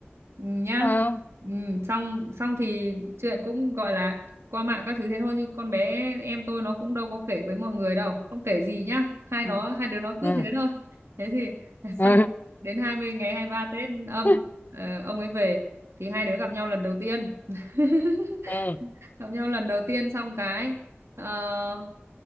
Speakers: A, on the right (about 80°); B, on the left (about 40°).
A: Ừ, nhá
B: ờ
A: ừ, xong xong thì chuyện cũng gọi là qua mạng các thứ thế thôi chứ con bé em tôi nó cũng đâu có kể với mọi người đâu không kể gì nhá hai nó
B: ừ
A: hai đứa nó
B: ừ
A: cứ thế thôi thế thì <laughs>
B: ừ
A: xong đến hai mươi ngày 23 Tết âm
B: <laughs>
A: ờ, ông ấy về thì hai đứa gặp nhau lần đầu tiên <laughs>
B: ừ
A: gặp nhau lần đầu tiên xong cái ờ,